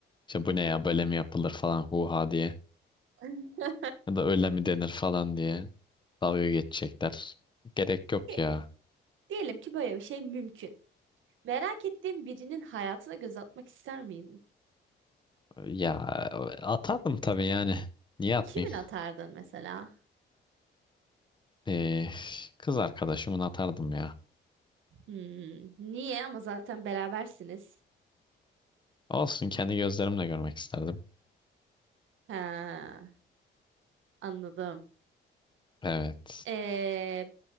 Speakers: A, on the left; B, on the right.
A: İşte bu ne ya böyle mi yapılır falan huha diye.
B: <laughs>
A: Ya da öyle mi denir falan diye dalga geçecekler. Gerek yok
B: E,
A: ya.
B: Diyelim ki böyle bir şey mümkün. Merak ettiğin birinin hayatına göz atmak ister miydin?
A: Ya atardım tabii yani. Niye atmayayım?
B: Kimin atardın mesela?
A: Ee, kız arkadaşımı atardım ya.
B: Hmm, niye? Ama zaten berabersiniz.
A: Olsun kendi gözlerimle görmek isterdim.
B: Ha, anladım.
A: Evet.
B: Ee,